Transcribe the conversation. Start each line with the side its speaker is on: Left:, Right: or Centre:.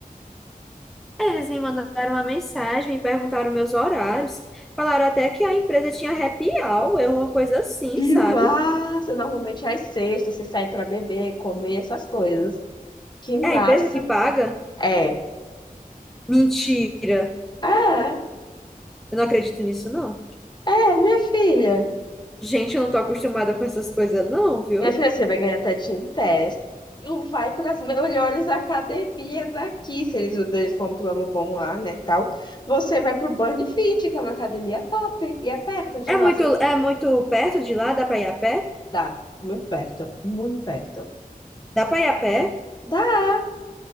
Centre: eles me mandaram uma mensagem, me perguntaram meus horários, falaram até que a empresa tinha happy hour, eu uma coisa assim,
Left: Que
Centre: sabe?
Left: massa! Normalmente às sextas você sai pra beber, comer essas coisas. Que massa!
Centre: É a empresa que paga?
Left: É,
Centre: Mentira!
Left: é,
Centre: Eu não acredito nisso, não.
Left: é, minha filha.
Centre: Gente, eu não tô acostumada com essas coisas, não, viu?
Left: Minha filha, você vai ganhar até Team Test. E vai para as melhores academias aqui, se eles usam um plano bom lá, né, tal. Você vai pro Burn Fit, que é uma academia top. E é perto de
Centre: É
Left: lá,
Centre: muito,
Left: você
Centre: é muito perto de lá, dá pra ir a pé?
Left: dá. Muito perto, muito perto.
Centre: Dá pra ir a pé?
Left: Dá.